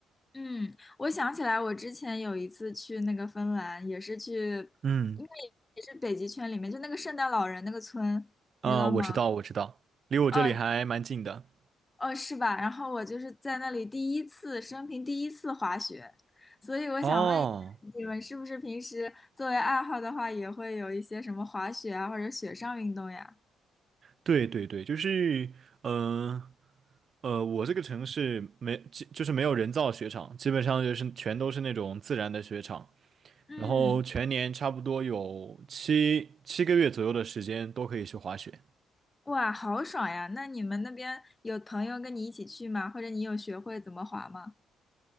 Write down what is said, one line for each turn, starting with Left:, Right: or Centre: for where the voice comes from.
Left: 嗯，我想起来，我之前有一次去那个芬兰，也是去，
Right: 嗯，
Left: 应该也也是北极圈里面，就那个圣诞老人那个村，
Right: 啊，
Left: 你知道吗？
Right: 我知道，我知道，离我这里还蛮近的。
Left: 嗯，哦，是吧？然后我就是在那里第一次，生平第一次滑雪，所以我想问一下，
Right: 哦。
Left: 你们是不是平时作为爱好的话，也会有一些什么滑雪啊，或者雪上运动呀？
Right: 对对对，就是，嗯呃，我这个城市没，基就是没有人造雪场，基本上就是全都是那种自然的雪场，
Left: 嗯，
Right: 然后全年差不多有七七个月左右的时间都可以去滑雪。
Left: 哇，好爽呀！那你们那边有朋友跟你一起去吗？或者你有学会怎么滑吗？